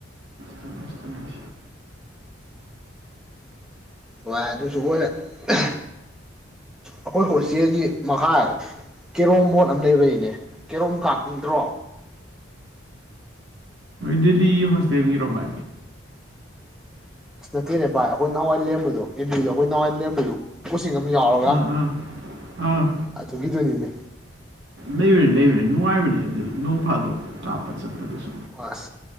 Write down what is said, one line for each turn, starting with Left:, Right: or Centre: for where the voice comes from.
Right: ꯇꯃꯦꯁꯇꯃꯦ
Centre: ꯚꯏ ꯑꯗꯨꯁꯨ ꯑꯣꯏꯔꯦ ꯑꯁ ꯑꯩꯈꯣꯏ ꯍꯧꯆꯦꯜꯒꯤ ꯃꯈꯥ ꯀꯦꯔꯣꯝ ꯕꯣꯠ ꯑꯃ ꯂꯩꯕꯅꯤꯅꯦ ꯀꯦꯔꯣꯝ ꯀꯥꯞꯅꯤꯡꯗ꯭ꯔꯣ
Right: ꯗꯤꯗꯤ ꯐꯁꯇꯒꯤ ꯔꯣꯕꯥ
Centre: ꯑꯁ ꯅꯠꯇꯦꯅꯦ ꯚꯥꯏ ꯑꯩꯈꯣꯏ ꯅꯍꯥꯟꯋꯥꯏꯔꯕꯗꯣ ꯑꯦꯝꯕꯤꯗꯣ ꯑꯩꯈꯣꯏ ꯅꯍꯋꯥꯏꯔꯕꯗꯨ ꯆꯤꯡ ꯑꯃ ꯌꯥꯎꯔꯒ
Right: ꯑꯥ ꯑꯥ ꯑꯥ
Centre: ꯑꯗꯨꯈꯤꯗꯣꯏꯅꯤꯅꯦ
Right: ꯂꯩꯕꯅꯤ ꯂꯩꯕꯅꯦ ꯅꯨꯡꯉꯥꯏꯕꯅꯤ ꯑꯗꯨꯗꯤ ꯅꯣꯡ ꯐꯥꯗꯣꯛ ꯀꯥꯞꯄ ꯆꯠꯄꯗꯨꯁꯨ
Centre: ꯑꯁ